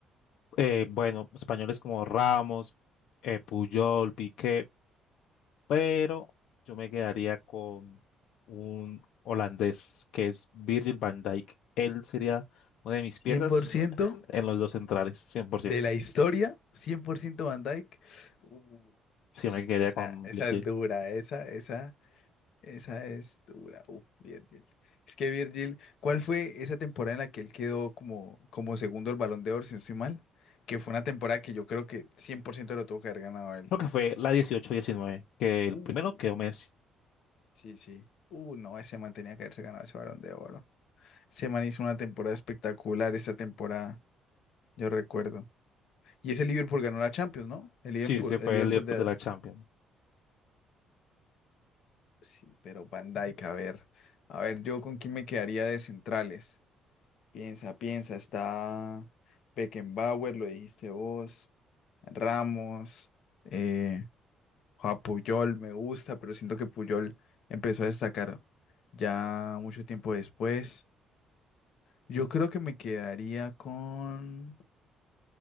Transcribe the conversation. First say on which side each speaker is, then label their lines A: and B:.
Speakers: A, on the left; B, on the left.
A: eh, bueno, españoles como Ramos, eh, Puyol, Piqué. Pero yo me quedaría con un holandés, que es Virgil van Dijk. Él sería una de mis piezas
B: cien por ciento
A: eh, en los dos centrales, 100%.
B: De la historia, 100% Van Dyke. Uh,
A: Sí, me quedaría
B: esa,
A: con
B: esa
A: Virgil.
B: es dura, esa, esa, esa es dura. Uf, Virgil. Es que Virgil, ¿cuál fue esa temporada en la que él quedó como, como segundo el Balón de Oro, si no estoy mal? Que fue una temporada que yo creo que 100% lo tuvo que haber ganado él.
A: Creo que fue la dieciocho diecinueve que el
B: Uh,
A: primero quedó Messi.
B: sí, sí. Uh, no, ese man tenía que haberse ganado ese Balón de Oro. Ese man hizo una temporada espectacular esa temporada, yo recuerdo. Y ese Liverpool ganó la Champions, ¿no? El Liverpool,
A: Sí, se
B: el
A: fue
B: Liverpool
A: el Liverpool
B: de,
A: de la Champions.
B: Sí, pero Van Dijk, a ver. A ver, yo con quién me quedaría de centrales. Piensa, piensa, está Beckenbauer, lo dijiste vos, Ramos, eh, Joao Puyol, me gusta, pero siento que Puyol empezó a destacar ya mucho tiempo después. Yo creo que me quedaría con